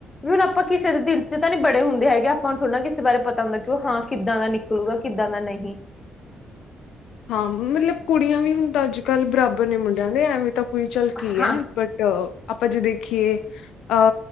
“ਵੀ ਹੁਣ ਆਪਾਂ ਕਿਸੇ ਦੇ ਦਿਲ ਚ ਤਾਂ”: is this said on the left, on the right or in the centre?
Left